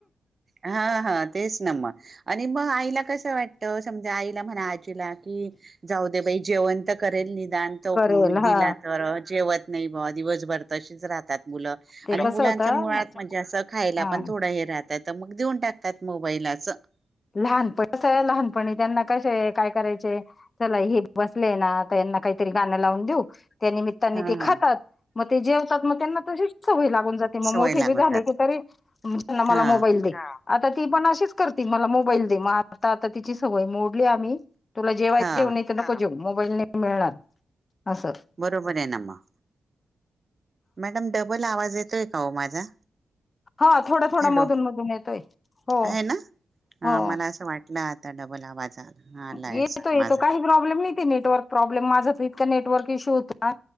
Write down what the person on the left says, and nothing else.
करेल हा
ते
कसं
होतं
हा
लहानपण कसं लहानपणी त्यांना कसे काय करायचे चला हे बसले ना तर यांना काहीतरी गाणं लावून देऊ त्या निमित्ताने
ते खातात
मग ते जेवतात मग त्यांना तशी सवयी लागून जाते मग
मोठे
भी झाले
की तरी <unintelligible> मला
मोबाईल दे आता ती पण अशीच करती मला मोबाईल दे मग आता आता तिची सवय मोडली आम्ही. तुला जेवाय
जेव नाही तर नको जेऊ मोबाईल नाही मिळणार असं
हा थोडा थोडा
मधून मधून येतोय हो
हो
येतो
येतो
काही प्रॉब्लेम नाही नेटवर्क प्रॉब्लेम माझा इतक नेटवर्क इश्यू होत ना